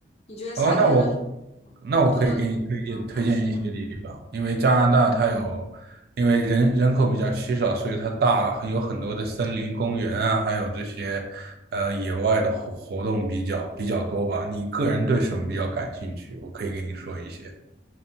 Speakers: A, on the left; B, on the right.
A: 你觉得夏天的时候多伦多
B: 哦，那我那我可以给你推荐推荐一些地方，
A: 合适呢？
B: 因为加拿大它有，因为人人口比较稀少，所以它大很有很多的森林公园啊，还有这些呃野外的活活动比较比较多吧。你个人对什么比较感兴趣？我可以给你说一些。